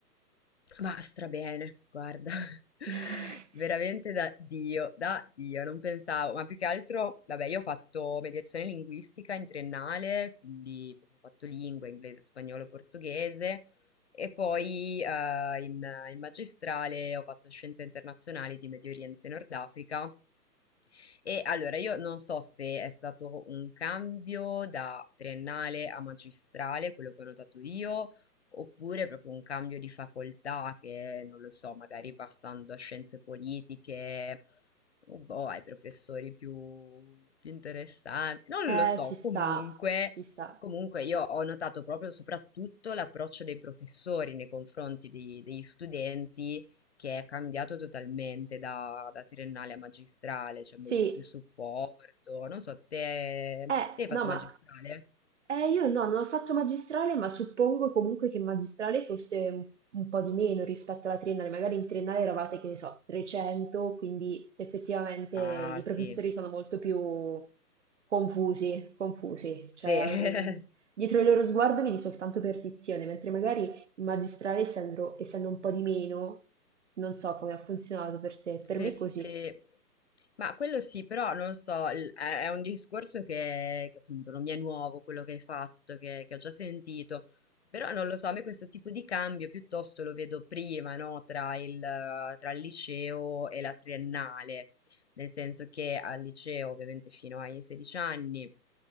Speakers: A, on the left; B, on the right.
A: ma strabene, guarda, <laughs>
B: <laughs>
A: veramente da Dio, da Dio, non pensavo, ma più che altro, vabbè, io ho fatto mediazione linguistica in triennale, quindi proprio ho fatto lingua, inglese, spagnolo, portoghese, e poi eh, in, in magistrale ho fatto scienze internazionali di Medio Oriente e Nord Africa, e allora io non so se è stato un cambio da triennale a magistrale, quello che ho notato io, oppure proprio un cambio di facoltà che, non lo so, magari passando a scienze politiche, boh, ai professori più, più interessanti, non
B: Eh,
A: lo so,
B: ci sta,
A: comunque.
B: ci sta.
A: Comunque io ho notato proprio soprattutto l'approccio dei professori nei confronti dei- degli studenti, che è cambiato totalmente da, da triennale a magistrale, c'è molto
B: Sì,
A: più supporto. Non so, te,
B: Eh,
A: te hai fatto
B: no, ma
A: magistrale?
B: eh, io no, non ho fatto magistrale, ma suppongo comunque che magistrale fosse un, un po' di meno rispetto alla triennale. Magari in triennale eravate, che ne so, 300, quindi effettivamente
A: Ah,
B: i professori
A: sì,
B: sono molto più confusi, confusi.
A: sì,
B: Cioè,
A: <laughs>
B: mm, dietro il loro sguardo vedi soltanto perdizione, mentre magari in magistrale, essendo, essendo un po' di meno, non so come ha funzionato per te.
A: sì,
B: Per me è
A: sì.
B: così.
A: Ma quello sì, però non so, il- è è un discorso che, che appunto non mi è nuovo quello che hai fatto, che, che ho già sentito, però non lo so, a me questo tipo di cambio piuttosto lo vedo prima, no? Tra il, tra il liceo e la triennale, nel senso che al liceo ovviamente fino ai 16 anni